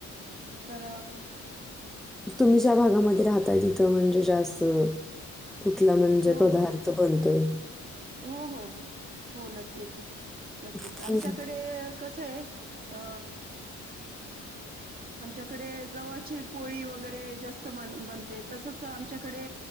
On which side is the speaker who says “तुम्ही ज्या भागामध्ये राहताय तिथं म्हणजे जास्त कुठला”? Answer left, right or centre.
Centre